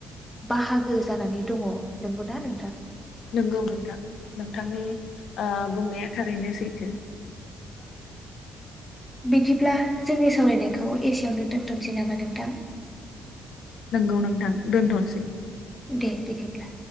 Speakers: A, in the centre; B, on the left.
A: बाहागो जानानै दंङ नंगौना नोंथां।
B: नंगौ नोंथां नों नोंथांनि बुंनाया थारैनो सैथो।
A: बिदिब्ला जोंनि सावरायनायखौ एसेवनो दोन्थसै नामा नोंथां
B: नोंगौ नोंथां दोनथनोसै
A: दे बिदिब्ला